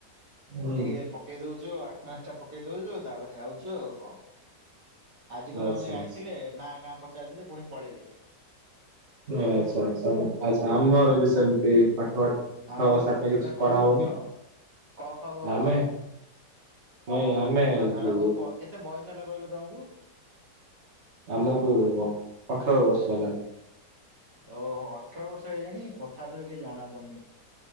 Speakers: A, on the right; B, on the right.
A: ହୁଁ
B: ଆଉ ଟିକେ ପକେଇ ଦଉଛୁ ଆତେଣ୍ଡନେସ୍ ଟା ପକେଇ ଦଉଛୁ ତାପରେ। ଆଉଛୁ ଆଉ କଣ ଆଜି କଣ
A: ଆଚ୍ଛା
B: ଆମେ
A: ଆଚ୍ଛା
B: ଆଇଥିଲେ ନା ଗାଁ ପ ଚାରିଦେଲେ ପୁଣି ପଳେଇଲେ।
A: ଓ ଆଛା ଆଛା ଆଛା ଆମର ବି ସେମିତି ପାଠ
B: ହଁ ହଁ
A: ସାଠ
B: ତମେ
A: କିଛି
B: କଣ
A: ପଢା
B: ପଢୁଛ?
A: ହଉନି
B: କ ଖ ଗ
A: ଆମେ
B: ଘ
A: ନାଇଁ ଆମେ
B: ନା ତମେ
A: ଯଉ
B: କୋଉ ବ କେତେ ବୟସ ହେଲା କହିଲ ତମକୁ?
A: ଆମକୁ ଅଠର ବର୍ଷ ହେଲା।
B: ଓହୋ ଅଠର ବର୍ଷ ହେଲାଣି କଥା ବାର୍ତା ରୁ କାଇଁ ଜଣା ପଡୁନି।